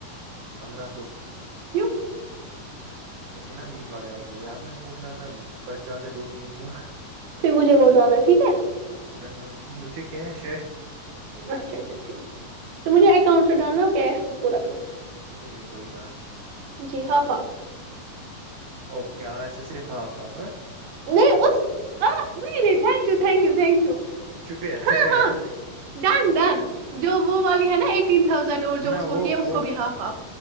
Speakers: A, on the right; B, on the right.
A: پندرہ سو
B: کیوں
A: ایے نا میٹ وغیرہ کے لے اب میں سوچ رہا تھا بچ جاتے دو تین سو
B: پھر مجھے وہ ڈالا ٹھیک ہے
A: ا مجھے کیش
B: اچھا اچھا ٹھیک تو
A: جی
B: مجھے اکاؤنٹ سے ڈالنا ہو کیش خود کو رکھنا
A: چلیے کوئی بات نہیں
B: جی ہاف ہاف
A: اوکے صرف ہاف ہاف
B: میں اس اہ نہیں نہیں نہیں thank you thank you thank you
A: شکریہ
B: ہاں
A: شکریہ
B: ہاں ڈن ڈن جو وہ والی ہے نا ای تین تھاؤزینڈ اور
A: نہ
B: جو اس
A: وہ
B: کو کیا اس
A: وہ
B: کو بھی ہاف ہاف